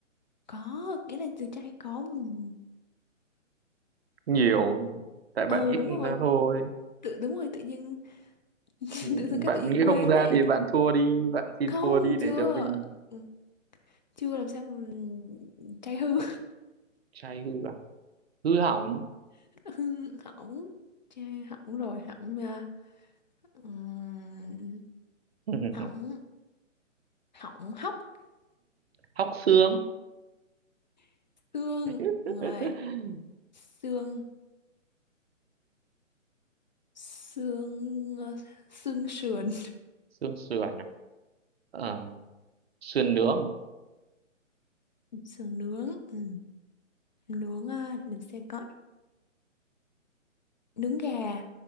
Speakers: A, on the left (about 35°); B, on the right (about 50°).
A: có nghĩa là từ trai có ừm.
B: nhiều tại bạn
A: ờ
B: nghĩ
A: đúng
B: không
A: rồi
B: ra thôi
A: tự đúng rồi tự nhiên <laughs>
B: Ừ,
A: tự dưng cái
B: bạn
A: tự nhiên
B: nghĩ
A: quên
B: không ra
A: ấy
B: thì bạn thua đi bạn xin
A: không
B: thua đi để
A: chưa
B: cho mình
A: Ừ, chưa làm sao mà trai hư
B: trai hư à hư hỏng
A: <laughs> hỏng trai hỏng rồi hỏng à, ừm,
B: <laughs>
A: hỏng hỏng hóc
B: hóc xương
A: <laughs> xương
B: <laughs>
A: người xương xương ờ, xương sườn
B: xương sườn à Ờ, sườn nướng
A: <laughs> sườn nướng ừ. nướng ờ, để mình xem coi nướng gà